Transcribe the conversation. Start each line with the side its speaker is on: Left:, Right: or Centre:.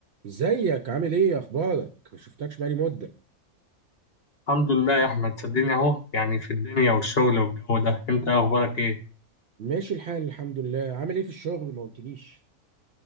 Right: ازيك عامل ايه اخبارك شفتكش بقالي مده
Left: الحمد لله يا احمد صدقني اهو يعني في الدنيا والشغل والجو ده انت اخبارك ايه
Right: ماشي الحال الحمد لله عامل ايه في الشغل ما قلتليش